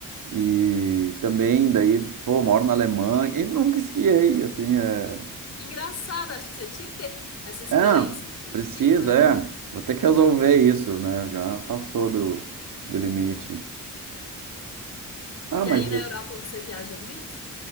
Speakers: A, on the right; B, on the left.
A: E também, daí, pô, moro na Alemanha e nunca esquiei, assim. É,
B: Que engraçado, acho que você tinha que ter essa experiência
A: é
B: um dia
A: precisa,
B: na vida,
A: é.
B: né?
A: Vou ter que resolver isso, né? Já passou do, do limite. Ah,
B: E
A: mas
B: aí na Europa você viaja muito?